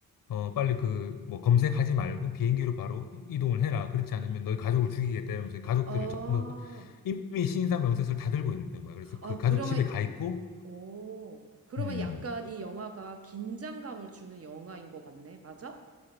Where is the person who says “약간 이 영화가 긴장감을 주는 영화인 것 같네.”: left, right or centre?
Right